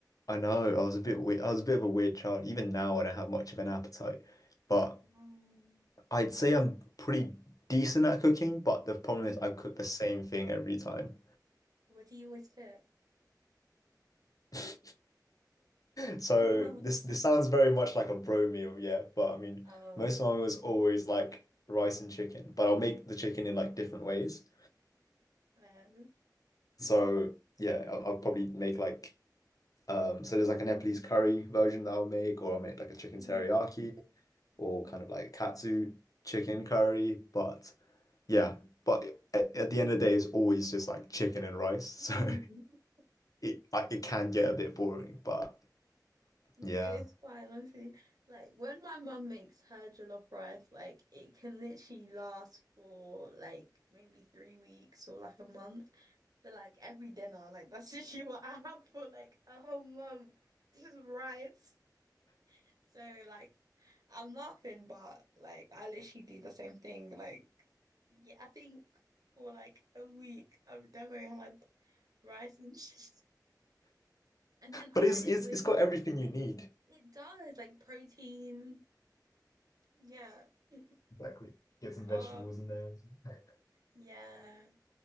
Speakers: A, on the left; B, on the right.
A: I know I was a bit weird. I was a bit of a weird child. Even now I don't have much of an appetite. But
B: Um,
A: I'd say I'm pretty decent at cooking, but the problem
B: hmm.
A: is I cook the same thing every time.
B: What do you always cook?
A: <laughs> So
B: <laughs>
A: this this sounds very much like a bro meal, yeah. But I mean,
B: Oh,
A: most of mine was always like rice and chicken, but I'll make the chicken in like different ways.
B: yes.
A: So yeah, I'll, I'll probably make like um so there's like a Nepalese curry version that I'll make, or I'll make like a chicken
B: Oh.
A: teriyaki,
B: Mm.
A: or kind of like katsu chicken curry. But yeah, but at, at the end of the day, it's always just like chicken and rice.
B: Mm.
A: <laughs> So
B: <laughs>
A: it like it can get a bit boring, but
B: No,
A: yeah,
B: it's fine, honestly. Like when my mum makes her jollof rice, like it can literally last for like maybe three weeks or like a month. So like every dinner, like that's <laughs> literally what I have for like a whole month. Just rice. So like I'm laughing, but like I literally do the same thing. Like yeah, I think for like a week I've never had rice and <laughs> cheese. And then I
A: but it's
B: had it
A: it's
B: with
A: it's got everything you need.
B: it does like protein. Yeah. <laughs>
A: Exactly. Get some
B: Calm.
A: vegetables in there. <laughs>
B: Yeah.